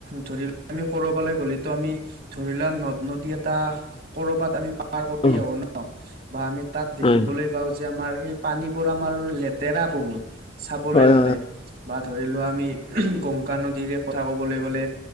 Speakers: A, on the right; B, on the left.
A: ধৰি লোৱা আমি কৰবালৈ। বুলিতো আমি ধৰিলোৱা নদ নদী এটা ক'ৰবাত আমি। পাৰ কৰি
B: হয়
A: আহো ন বা আমি তাত দেখিবলৈ।
B: হয়
A: বা যে আমাৰ এই পানীবোৰ আমাৰ লেতেৰা বহুত চাবলৈ
B: হয়
A: গ'লে।
B: হয়
A: বা ধৰি লোৱা আমি গংগা নদীৰে কথা কবলৈ গ'লে